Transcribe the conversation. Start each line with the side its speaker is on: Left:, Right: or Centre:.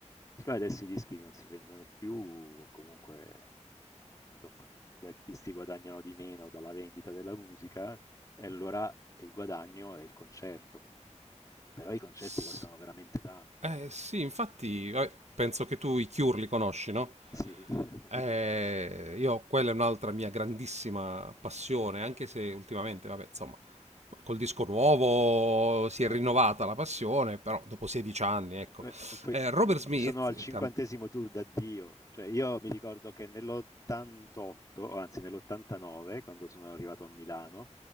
Left: Siccome adesso i dischi non si vendono più, comunque, insomma, gli artisti guadagnano di meno dalla vendita della musica e allora il guadagno è il concerto. Però i concerti
Right: S-
Left: costano veramente tanto.
Right: Eh sì, infatti, eh, penso che tu i Cure li conosci, no?
Left: Sì, <laughs>
Right: Eh,
Left: com'era?
Right: io, quella è un'altra mia grandissima passione, anche se ultimamente, vabbè, insomma, col disco nuovo si
Left: Eh,
Right: è rinnovata la passione, però dopo 16 anni, ecco.
Left: Beh, poi,
Right: Eh, Robert
Left: uhm,
Right: Smith,
Left: sono al
Right: il
Left: 50°
Right: cantante...
Left: tour d'addio. Cioè io mi ricordo che nell'88, o anzi nell'89, quando sono arrivato a Milano,